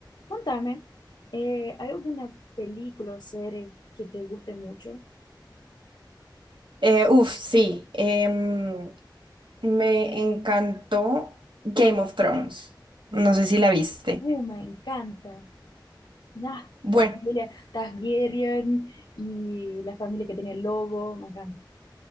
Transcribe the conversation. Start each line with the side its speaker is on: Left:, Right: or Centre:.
Left: Contame, eh, ¿hay alguna película o serie que te guste mucho?
Right: Eh, uf, sí. em, me encantó Game of Thrones. No sé si la viste.
Left: Uh, me encanta. Nah,
Right: Bueno,
Left: la familia Targaryen y la familia que tenía el lobo, me encanta.